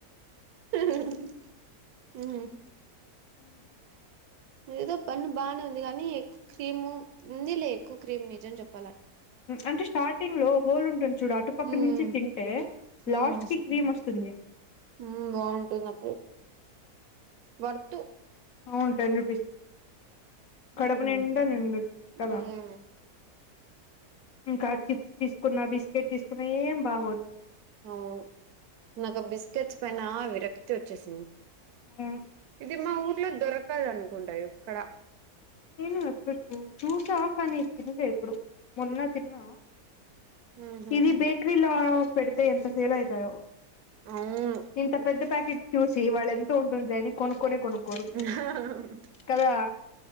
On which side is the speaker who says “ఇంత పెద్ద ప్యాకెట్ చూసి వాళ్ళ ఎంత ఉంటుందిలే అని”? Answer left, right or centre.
Left